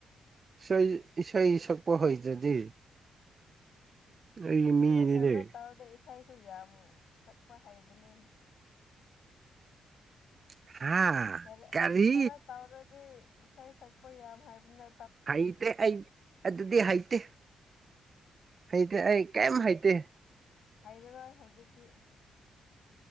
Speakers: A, on the right; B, on the left.
A: ꯏꯁꯩ ꯏꯁꯩꯠꯁꯛꯄ ꯍꯩꯇ꯭ꯔꯗꯤ
B: ꯎꯝ
A: ꯑꯩ ꯃꯤꯅꯤꯅꯦ
B: ꯈꯔ ꯀꯩꯅꯣ ꯇꯧꯔꯗꯤ ꯏꯁꯩꯁꯨ ꯌꯥꯝ ꯁꯛꯄ ꯍꯩꯕꯅꯦ
A: ꯍꯥ
B: ꯈꯔ
A: ꯀꯔꯤ
B: ꯈꯔ ꯇꯧꯔꯗꯤ ꯏꯁꯩ ꯁꯛꯄ ꯌꯥꯝ ꯍꯩꯕꯅꯦ
A: ꯍꯩꯇꯦ ꯑꯩ ꯑꯗꯨꯗꯤ ꯍꯩꯇꯦ ꯍꯩꯇ꯭ꯔꯦ ꯑꯩ
B: ꯍꯩ
A: ꯀꯩꯝ ꯍꯩꯇꯦ
B: ꯍꯩꯔꯔꯣꯏ ꯍꯧꯖꯤꯛꯇꯤ